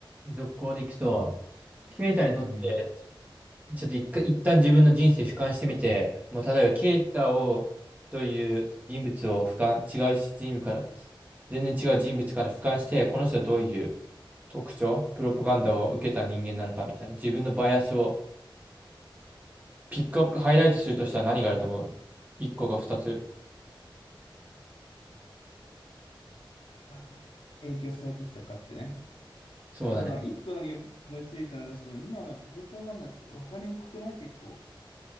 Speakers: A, on the right; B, on the left.
A: 続行でいくと、ケイタにとって
B: うん。
A: ちょっと一回、一旦自分の人生俯瞰してみて、もう例えば、ケイタを、という人物を俯瞰、違う人物から、全然違う人物から俯瞰して、この人はどういう特徴、プロパガンダを受けた人間なのかみたいな、自分のバイアスをピックアップ、ハイライトするとしたら何があると思う一個か二つ。
B: あ、影響されてきたかってね。
A: そうだね。
B: まあ、な一個だけ思いついたのが、その今のプロパガンダって分かりにくくない結構。